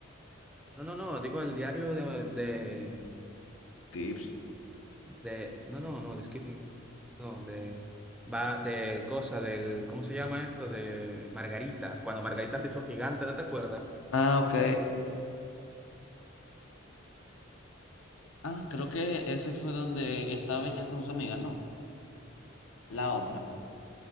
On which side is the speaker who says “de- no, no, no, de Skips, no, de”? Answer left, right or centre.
Centre